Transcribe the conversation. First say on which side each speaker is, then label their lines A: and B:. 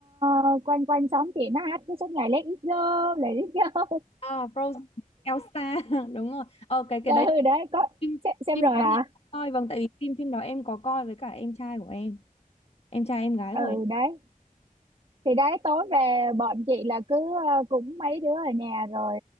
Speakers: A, on the right; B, on the left.
A: ờ, quanh quanh xóm chị nó hát cái suốt ngày Let it go Let it go
B: À, Frozen, Elsa <laughs> đúng rồi. Ờ cái
A: <laughs>
B: cái
A: ừ
B: đấy
A: đấy có
B: phim
A: xem, xem
B: phim
A: rồi
B: đó
A: hả
B: thì em có coi vâng tại vì phim phim đó em có coi với cả em trai của em em trai em gái
A: ừ
B: của em
A: đấy thì đấy tối về bọn chị là cứ ờ, cũng mấy đứa ở nhà rồi